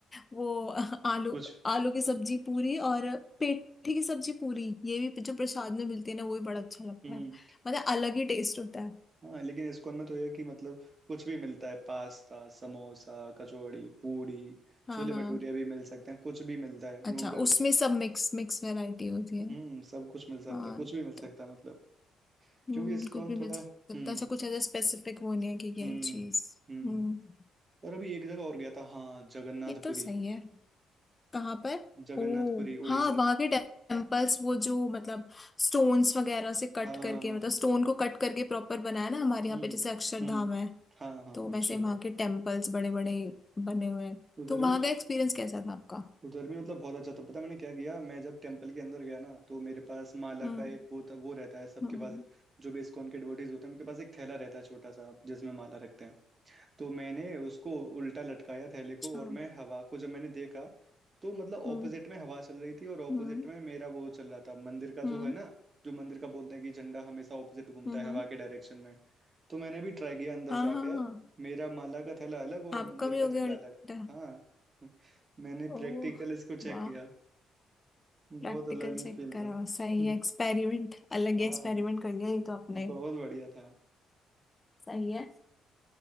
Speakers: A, on the left (about 25°); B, on the right (about 30°).
A: वो आलू
B: कुछ
A: आलू की सब्जी पूरी और पेठी की सब्जी पूरी ये भी जो प्रसाद में मिलती है ना वो भी बड़ा अच्छा लगता
B: हम्म
A: है मतलब अलग ही टेस्ट होता है
B: हाँ लेकिन इस्कॉन में तो यह कि मतलब कुछ भी मिलता है पास्ता समोसा कचौड़ी पूरी
A: हाँ
B: छोले
A: हाँ
B: भटूरे भी मिल सकते हैं कुछ भी मिलता है
A: अच्छा
B: नूडल्स
A: उसमें सब मिक्स मिक्स वैरायटी होती है
B: हम्म सब कुछ मिल सकता
A: हाँ
B: है कुछ भी मिल सकता
A: तो
B: है मतलब
A: हम्म
B: क्योंकि इस्कॉन
A: कुछ भी
B: थोड़ा
A: मिल सकता
B: हम्म
A: है अच्छा कुछ ऐसा स्पेसिफिक वो नहीं है कि
B: हम्म
A: यही चीज
B: हम्म
A: हम्म
B: और अभी एक जगह और गया था हाँ जगन्नाथपुरी
A: ये तो सही है कहाँ पर
B: जगन्नाथपुरी
A: ओ हाँ
B: उड़ीसा
A: वहां के टेम्पल्स वो जो मतलब स्टोन्स वगैरह से कट
B: हाँ
A: करके मतलब स्टोन को कट करके प्रॉपर बनाया ना हमारे यहाँ
B: हम्म
A: पे जैसे अक्षरधाम
B: हम्म
A: है
B: हाँ हाँ
A: तो वैसे
B: अक्षरधाम
A: वहां के टेम्पल्स बड़े बड़े बने हुए हैं
B: उधर
A: तो वहां
B: भी
A: का एक्सपीरियंस कैसा था आपका
B: उधर भी मतलब बहुत अच्छा था पता है मैंने क्या किया मैं जब टेम्पल के अंदर गया ना तो मेरे पास माला
A: हम्म
B: का एक वो था वो रहता है सबके
A: हम्म
B: पास
A: हम्म,
B: जो भी इस्कॉन के डिवोटीज होते हैं उनके पास एक थैला रहता है छोटा सा जिसमें माला रखते हैं तो मैंने उसको उल्टा लटकाया थैले
A: अच्छा
B: को और मैं हवा को जब मैंने देखा तो मतलब ऑपोजिट
A: हम्म
B: में हवा चल रही थी और ऑपोजिट
A: हम्म
B: में मेरा वो चल रहा था मंदिर का जो
A: हम्म
B: है ना जो मंदिर का बोलते हैं कि झंडा हमेशा ऑपोजिट घूमता
A: हम्म
B: है
A: हम्म,
B: हवा के डायरेक्शन में तो मैंने भी ट्राई किया अंदर
A: हाँ
B: जाकर
A: हाँ हाँ
B: मेरा माला का थैला अलग और
A: आपका
B: मंदिर
A: भी हो
B: का झंडा
A: गया उल्टा
B: अलग हाँ <laughs> मैंने
A: ओह
B: प्रैक्टिकल इसको चेक
A: वाह
B: किया बहुत
A: प्रैक्टिकल
B: अलग ही
A: चेक
B: फील
A: करा
B: था
A: सही
B: <laughs>
A: है एक्सपेरिमेंट अलग ही
B: हाँ
A: एक्सपेरिमेंट कर लिया ये तो आपने
B: बहुत बढ़िया था
A: सही है